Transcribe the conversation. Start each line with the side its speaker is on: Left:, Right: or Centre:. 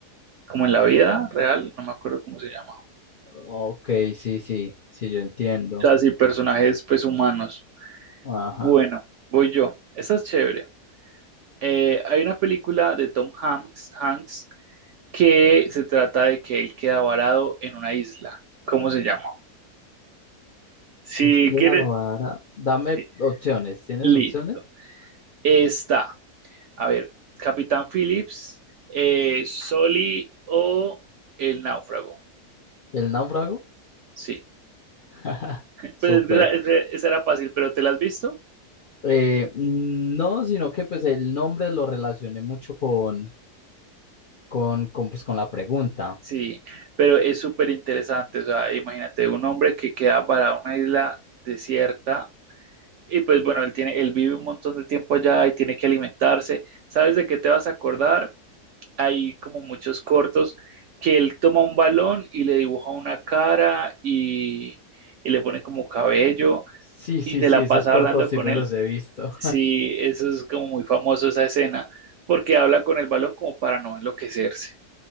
Right: como en la vida real, no me acuerdo cómo se llama.
Left: Ok, sí, sí, sí, yo entiendo.
Right: O sea, sí, personajes pues humanos.
Left: Ajá.
Right: Bueno, voy yo. Esta es chévere. Eh, hay una película de Tom Hanks, Hanks que se trata de que él queda varado en una isla. ¿Cómo se llama? Si
Left: Él queda
Right: quieres,
Left: vara. Dame
Right: sí,
Left: opciones. ¿Tienes
Right: listo.
Left: opciones?
Right: Está, a ver, Capitán Phillips, eh, Soli o El Náufrago.
Left: ¿El náufrago?
Right: Sí,
Left: <laughs> Súper.
Right: pues es que esa, esa- esa era fácil, pero ¿te la has visto?
Left: Eh, no, sino que pues el nombre lo relacioné mucho con, con, con, pues, con la pregunta.
Right: Sí, pero es súper interesante, o sea, imagínate un hombre que queda para una isla desierta y pues bueno, él tiene, él vive un montón de tiempo allá y tiene que alimentarse. ¿Sabes de qué te vas a acordar? Hay como muchos cortos que él toma un balón y le dibuja una cara y, y le pone como cabello
Left: Sí, sí,
Right: y se
Left: sí,
Right: la
Left: esos
Right: pasa
Left: cortos
Right: hablando
Left: sí
Right: con
Left: me
Right: él.
Left: los he visto.
Right: Sí, eso es como muy famoso esa escena, porque habla con el balón como para no enloquecerse.